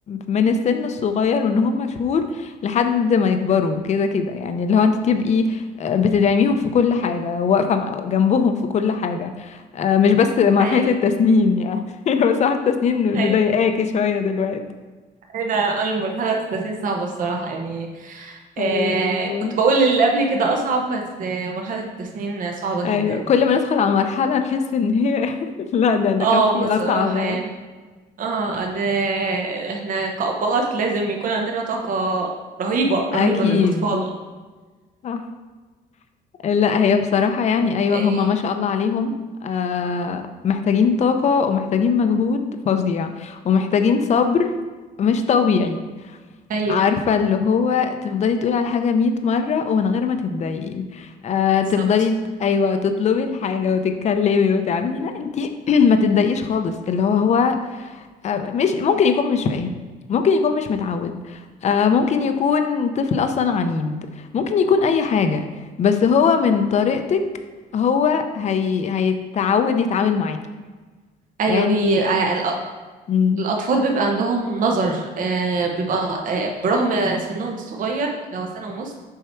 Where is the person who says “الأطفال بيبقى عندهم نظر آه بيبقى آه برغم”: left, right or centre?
Right